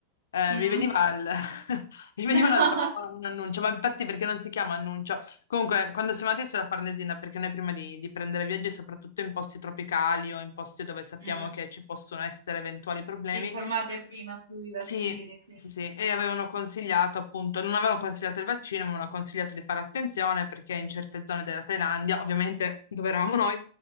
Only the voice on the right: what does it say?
Mm?
<laughs>
No.
Mm.
Vi informate prima sui vaccini,
sì.